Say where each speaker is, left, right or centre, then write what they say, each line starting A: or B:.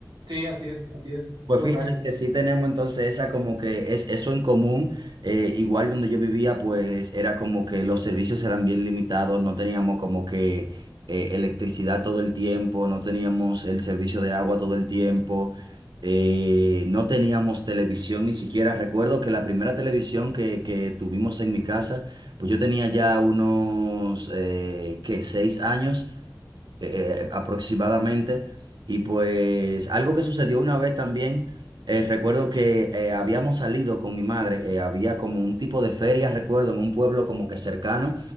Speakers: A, on the right; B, on the right.
A: Sí, así es, así es, es
B: Pues
A: correcto.
B: fíjese que
A: sí.
B: sí tenemos entonces esa como que es eso en común. Eh, igual donde yo vivía, pues era como que los servicios eran bien limitados, no teníamos como que eh, electricidad todo el tiempo, no teníamos el servicio de agua todo el tiempo, eh, no teníamos televisión ni siquiera. Recuerdo que la primera televisión que, que tuvimos en mi casa, pues yo tenía ya unos, eh, ¿qué? Seis años eh, eh, aproximadamente. Y pues algo que sucedió una vez también, eh, recuerdo que eh, habíamos salido con mi madre, eh, había como un tipo de feria, recuerdo, en un pueblo como que cercano,